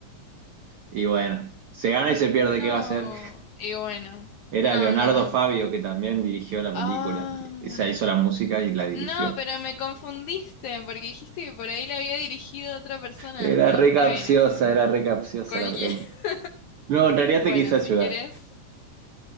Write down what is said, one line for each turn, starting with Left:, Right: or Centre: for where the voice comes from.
Right: Y bueno, se gana y se pierde,
Left: no.
Right: ¿qué va a hacer?
Left: Y bueno,
Right: Era
Left: no,
Right: Leonardo
Left: no, no.
Right: Fabio que también dirigió la
Left: Ah,
Right: película. O sea, hizo la música y la dirigió.
Left: no, pero me confundiste porque dijiste que por ahí le había dirigido a otra persona.
Right: Era
Left: No
Right: re
Left: está
Right: capciosa,
Left: bien eso.
Right: era re capciosa
Left: Cualquier.
Right: la pregunta.
Left: <laughs>
Right: No, en realidad
Left: Bueno,
Right: te quise ayudar.
Left: si quieres,